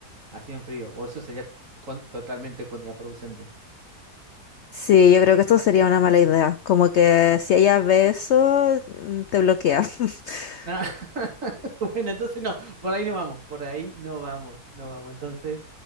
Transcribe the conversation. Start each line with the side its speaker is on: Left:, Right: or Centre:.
Right: así en frío. O eso sería con- totalmente contraproducente.
Left: Sí, yo creo que esto sería una mala idea. Como que si ella ve eso, mm, te bloquea. <laughs>
Right: Ah, <laughs> bueno, entonces no, por ahí no vamos, por ahí no vamos, no vamos. Entonces,